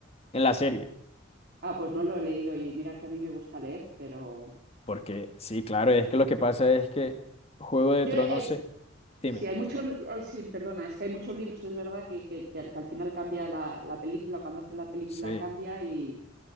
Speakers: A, on the left; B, on the right.
A: en la serie,
B: Ah, pues no lo he leído y mira que a mí me gusta leer, pero
A: porque sí, claro, es que lo que pasa es que Juego de
B: yo
A: Tronos
B: es
A: se... Dime,
B: sí hay muchos, ay, sí, perdona, es que hay muchos libros, es verdad que, que- que al que al final cambia la, la película, cuando hacen la película
A: sí.
B: cambia y,